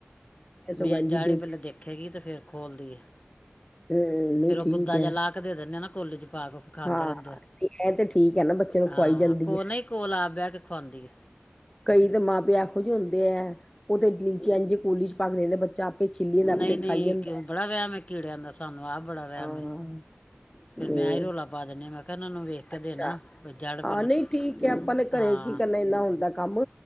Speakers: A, on the left; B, on the left.
A: ਮੈਂ ਸਗੋਂ
B: ਮੇਨ
A: ਇੰਝ
B: ਜੜ
A: ਦੇਖ
B: ਹੀ ਪਹਿਲੇ ਦੇਖੇਗੀ ਤੇ ਫੇਰ ਖੋਲਦੀ ਹੈ।
A: <unintelligible>
B: ਫੇਰ ਉਹ ਗੁੱਦਾ
A: ਹੈ
B: ਜਿ ਲਾ ਦੇ ਦਿੰਦੇ ਆ ਨਾ ਕੋੋਲੀ ਚ ਪਾ ਕੇ। ਖਾਂਦੇ
A: ਹਾਂ
B: ਰਹਿੰਦੇ ਆ
A: ਨਹੀਂ ਇਹ ਤੇ ਠੀਕ ਹੈ ਨਾ ਬੱਚੇ ਨੂੰ
B: ਹਾਂ
A: ਖਵਾਈ ਜਾਂਦੀ
B: ਕੋ
A: ਹੈ
B: ਨਹੀਂ ਕੋਲ ਬਹਿ ਕੇ ਖਵਾਉਂਦੀ ਏ।
A: ਕਈ ਤਾਂ ਮਾਂ ਪਿਓ ਇਹੋ ਜਿਹੇ ਹੁੰਦੇ ਹੈ ਉਹ ਤੇ ਲੀਚੀ ਇਝ ਕੋਲੀ ਚ ਪਾ ਕੇ ਦੇ ਦਿੰਦੇ ਐ ਬੱਚਾ ਛਿੱਲੀ ਜਾਂਦਾ
B: ਨਈਂ-ਨਈਂ
A: ਆਪੇ ਖਾਈ ਜਾਂਦਾ
B: ਕਿਉਂ
A: ਹੈ।
B: ਬੜਾ ਵਹਿਮ ਏ ਕੀੜਿਆਂ ਦਾ ਸਾਨੂੰ ਆਹ ਬੜਾ ਵਹਿਮ
A: ਹਾਂ
B: ਏ। ਫੇਰ
A: ਤੇ
B: ਮੈਂ ਹੀ ਰੌਲਾ ਪਾ ਦੇਨੀ ਹਾਂ ਮੈਂ ਕਿਹਾ ਇਹਨਾਂ ਨੂੰ ਵੇਖ ਕੇ
A: ਅੱਛਾ
B: ਦੇਣਾ ਵੀ ਜੜ
A: ਹਾਂ
B: ਪਹਿਲੇ
A: ਨਈ ਠੀਕ ਹੈ ਆਪਾਂ ਨੇ
B: ਹਾਂ
A: ਘਰੇ ਕੀ ਕਰਨਾ ਇਨਾ ਹੁੰਦਾ ਕੰਮ